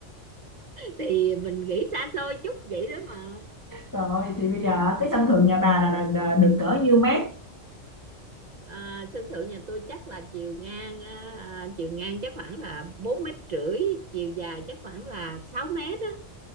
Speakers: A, on the right (about 45°); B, on the left (about 25°).
A: thì mình nghĩ xa xôi chút vậy đó mà
B: Rồi thì bây giờ cái sân thượng nhà bà là, là, là được cỡ nhiêu mét?
A: à, sân thượng nhà tôi chắc là chiều ngang à, chiều ngang chắc khoảng là bốn mét rưỡi chiều dài chắc khoảng là 6 mét á